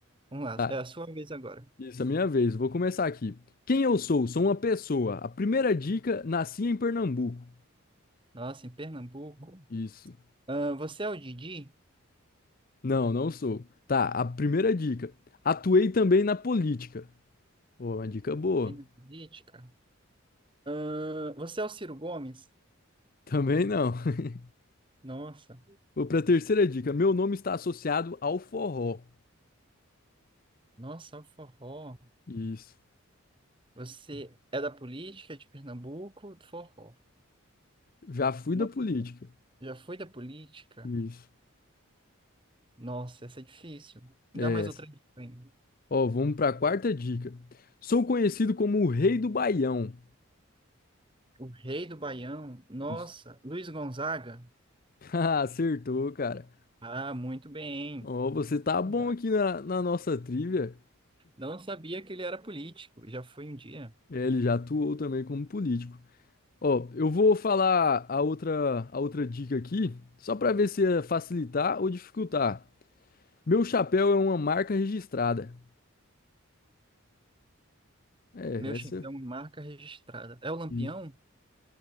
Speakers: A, on the right; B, on the left.
A: Vamos lá,
B: tá.
A: é a sua vez agora.
B: Isso, é minha vez. Vou começar aqui. Quem eu sou? Sou uma pessoa. A primeira dica, nasci em Pernambuco.
A: Nossa, em Pernambuco.
B: Isso.
A: Ah, você é o Didi?
B: Não, não sou. Tá, a primeira dica. Atuei também na política. Pô, uma dica boa.
A: Ele é política? Ah, você é o Ciro Gomes?
B: Também não. <laughs>
A: Nossa,
B: Vou pra terceira dica. Meu nome está associado ao forró.
A: nossa, é um forró.
B: Isso.
A: Você é da política de Pernambuco ou do forró?
B: Já fui
A: Não,
B: da política.
A: já foi da política?
B: Isso.
A: Nossa, essa é difícil. Me
B: É
A: dá mais
B: essa.
A: outra dica aí.
B: Ó, vamos pra quarta dica. Sou conhecido como o Rei do Baião.
A: O rei do Baião? Nossa,
B: Isso. <laughs>
A: Luiz Gonzaga?
B: Ah, Acertou, cara.
A: Ah, muito bem.
B: Ó, você tá bom
A: Verdade.
B: aqui na, na nossa trivia.
A: Não sabia que ele era político. Já foi um dia.
B: É, ele já atuou também como político. Ó, eu vou falar a outra, a outra dica aqui, só pra ver se é facilitar ou dificultar. Meu chapéu é uma marca registrada. É,
A: Meu chefão,
B: essa. é
A: marca registrada. É o Lampião?
B: Isso.